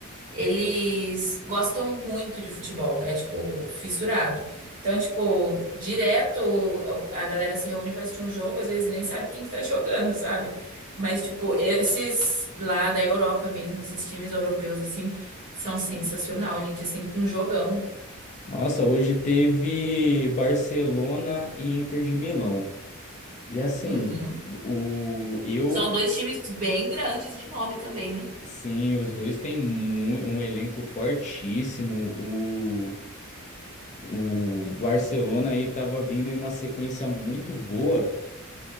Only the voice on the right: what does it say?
Eles gostam muito de futebol, é tipo fissurado. Então, tipo, direto a galera se reúne pra assistir um jogo, às vezes nem sabe quem que tá jogando, sabe? Mas tipo, esses lá da Europa mesmo, esses times europeus assim, são sensacional, gente, é sempre um jogão.
Uhum.
São dois times bem grandes de nome também, né?